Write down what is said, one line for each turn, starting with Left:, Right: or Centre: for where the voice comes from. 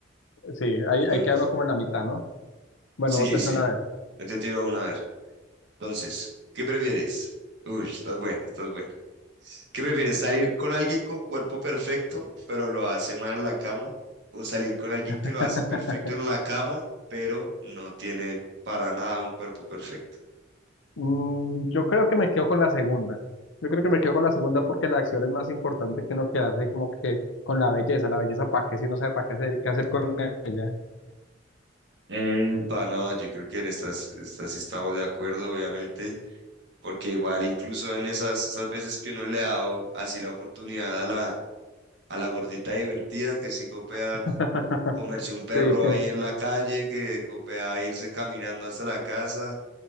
Left: Sí, ahí,
Right: Bueno,
Left: ahí queda
Right: <laughs>
Left: uno como en la mitad, ¿no? Bueno,
Right: sí,
Left: vótese
Right: sí.
Left: una vez.
Right: yo Te tiro una a ver. Entonces, ¿qué prefieres? Uy, estás buena, estás buena. ¿Qué prefieres? ¿Salir con alguien con cuerpo perfecto, pero lo hace mal en la cama? ¿O salir con alguien
Left: <laughs>
Right: que lo hace perfecto en la cama, pero no tiene para nada un cuerpo perfecto?
Left: Mm, yo creo que me quedo con la segunda. Yo creo que me quedo con la segunda porque la acción es más importante que no quedarse como que con la belleza. La belleza, ¿para qué? Si no sabe para qué hacer, qué hacer con ella.
Right: Eh, pa, no, yo creo que en estas, estas sí estamos de acuerdo, obviamente. porque igual incluso en esas, esas veces que uno le ha dado así la oportunidad a la, a la gordita divertida que sí copea
Left: <laughs>
Right: comerse un perro
Left: Sí,
Right: ahí en la calle, que copea irse caminando hasta la casa,